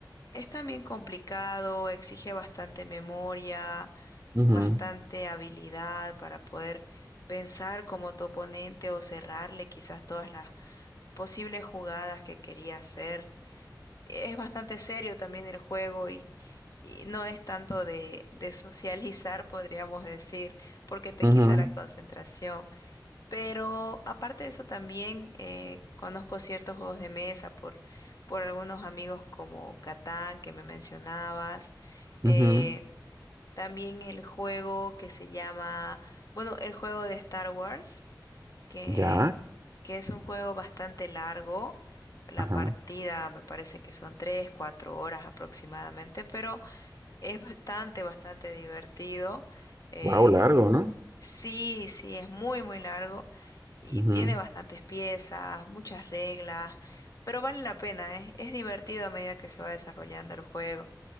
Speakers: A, on the left; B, on the right.
A: Es también complicado, exige bastante memoria,
B: Ujú,
A: bastante habilidad para poder pensar como tu oponente o cerrarle quizás todas las posibles jugadas que quería hacer. Es bastante serio también el juego y, y no es tanto de, de <laughs> socializar, podríamos decir, porque te
B: ujú,
A: quita la concentración. Pero aparte de eso también eh, conozco ciertos juegos de mesa por, por algunos amigos como Catán que me mencionabas.
B: ujú.
A: eh, también el juego que se llama, bueno, el juego de Star Wars, que,
B: Ya,
A: que es un juego bastante largo. La
B: ajá.
A: partida me parece que son tres, cuatro horas aproximadamente, pero es bastante, bastante divertido. eh,
B: Wow, largo, ¿no?
A: Sí, sí, es muy, muy largo y
B: Ujú,
A: tiene bastantes piezas, muchas reglas, pero vale la pena, ¿eh? Es divertido a medida que se va desarrollando el juego.